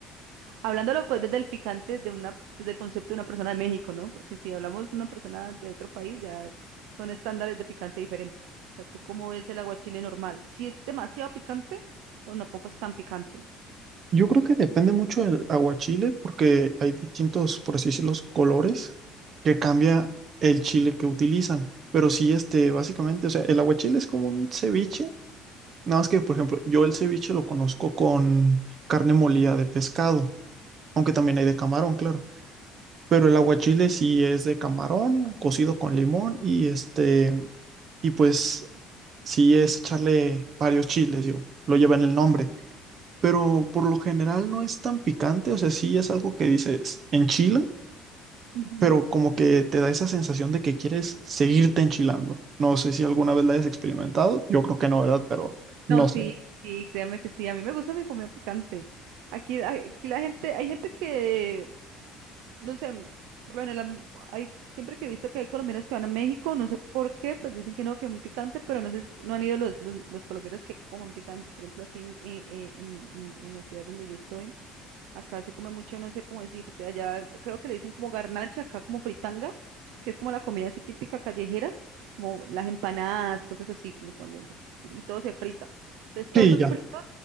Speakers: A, on the right; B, on the right.
A: Hablándolo pues desde el picante, de una, desde el concepto de una persona de México, ¿no? Porque si hablamos de una persona de otro país, ya son estándares de picante diferentes. O sea, ¿tú cómo ves el aguachile normal? Si es demasiado picante o no poco es tan picante.
B: Yo creo que depende mucho del aguachile porque hay distintos, por así decirlo, colores que cambia
A: Ok.
B: el chile que utilizan. Pero sí, este, básicamente, o sea, el aguachile es como un ceviche. Nada más que, por ejemplo, yo el ceviche lo conozco con carne molida de pescado, aunque también hay de camarón, claro. Pero el aguachile sí es de camarón, cocido con limón y este, y pues sí es echarle varios chiles, yo lo lleva en el nombre. Pero por lo general no es tan picante, o sea, sí es algo que dices enchila,
A: Ujú.
B: pero como que te da esa sensación de que quieres seguirte enchilando. No sé si alguna vez la hayas experimentado, yo creo que no, ¿verdad? Pero no
A: No, sí,
B: sé.
A: sí, créame que sí. A mí me gusta mi comida picante. Aquí, aquí la gente, hay gente que no sé, por lo general mm, hay, siempre que he visto que hay colombianos que van a México, no sé por qué, pues dicen que no, que un picante, pero no sé si no han ido los, los, los colombianos que comen picante. Por ejemplo, aquí en, en, en- en- en la ciudad donde yo estoy, acá se come mucho, no sé cómo decirte, allá creo que le dicen como garnacha, acá como fritanga, que es como la comida así típica callejera, como las empanadas, cosas así, como cuando tú- y todo se frita. Entonces, todos
B: Sí,
A: esos
B: ya.
A: fritos,